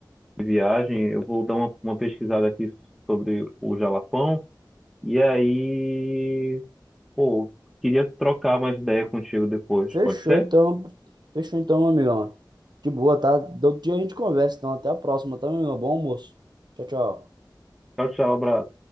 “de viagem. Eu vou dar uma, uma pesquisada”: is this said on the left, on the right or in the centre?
Centre